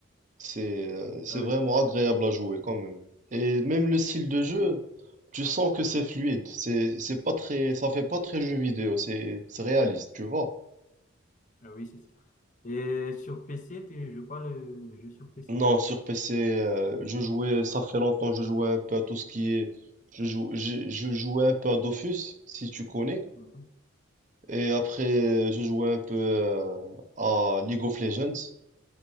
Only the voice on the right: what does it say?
C'est euh, c'est
vraiment agréable à jouer quand même. Et même le style de jeu, tu sens que c'est fluide. C'est c'est pas très, ça fait pas très jeu vidéo. C'est c'est réaliste, tu vois.
Non, sur PC, euh, je jouais, ça fait longtemps, je jouais un peu à tout ce qui est, je jou- je, je jouais un peu à Dofus, si tu connais.
Et après, euh, je jouais un peu euh, à League of Legends,